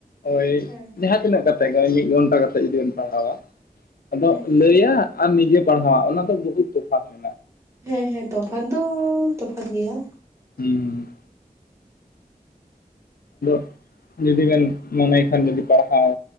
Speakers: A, on the left (about 80°); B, on the right (about 20°).
A: ᱳᱭ
B: ᱦᱮᱸ ᱦᱮᱸ
A: ᱡᱟᱦᱟᱸ ᱛᱤᱱᱟᱹᱜ ᱠᱟᱛᱷᱟ ᱛᱮᱜᱚᱭ ᱢᱤᱜ ᱜᱷᱚᱱᱴᱟ ᱠᱟᱛᱮᱜ ᱡᱩᱫᱤ ᱵᱮᱱ ᱯᱟᱲᱦᱟᱣᱟ ᱟᱫᱚᱸᱜ
B: ᱦᱮᱸ
A: ᱞᱟᱹᱭᱟᱜ ᱟᱨ ᱱᱤᱡᱮ ᱯᱟᱲᱦᱟᱣᱟᱜ ᱚᱱᱟ ᱫᱚ ᱵᱩᱦᱩᱛ ᱛᱚᱯᱷᱟᱛ ᱢᱮᱱᱟᱜ
B: ᱦᱮᱸ-ᱦᱮᱸ, ᱛᱚᱯᱷᱟᱛ ᱫᱚᱸ ᱛᱚᱯᱷᱟᱛ ᱜᱮᱭᱟᱸ᱾
A: ᱦᱩᱸ᱾ ᱫᱚᱜ ᱡᱩᱫᱤ ᱵᱮᱱ ᱢᱚᱱᱮᱭ ᱠᱷᱟᱱ ᱡᱩᱫᱤ ᱯᱟᱲᱦᱟᱣ